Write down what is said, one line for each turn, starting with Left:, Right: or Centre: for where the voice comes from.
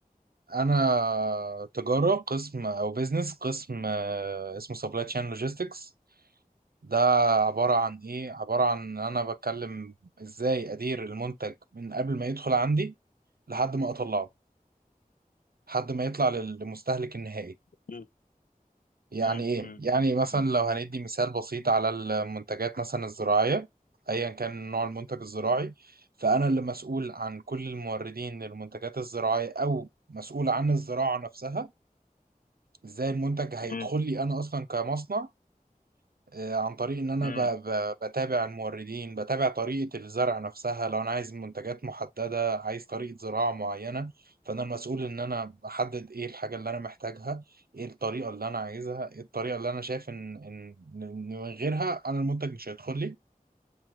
Right: انا تجاره قسم او بيزنس قسم آه، اسمه سبلاي تشين لوجيستكس ده عباره عن ايه عباره عن ان انا بتكلم ازاي ادير المنتج من قبل ما يدخل عندي لحد ما اطلعه لحد ما يطلع لل- لمستهلك النهائي
Left: مم.
Right: يعني
Left: مم.
Right: ايه يعني مثلا
Left: مم.
Right: لو هندي مثال بسيط على المنتجات مثلا الزراعية ايا كان نوع المنتج الزراعي فانا اللي مسؤول عن كل الموردين للمنتجات الزراعية او مسؤول عن الزراعة نفسها ازاي المنتج هيدخل
Left: مم.
Right: لي انا اصلا كمصنع آه، عن طريق ان انا
Left: مم.
Right: ب- ب- بتابع الموردين بتابع طريقة الزرع نفسها لو انا عايز منتجات محددة عايز طريقة زراعة معينة فانا المسؤول ان انا احدد ايه الحاجة اللي انا محتاجها ايه الطريقة اللي انا عايزها ايه الطريقة اللي انا شايف ان ان إن من غيرها انا المنتج مش هيدخل لي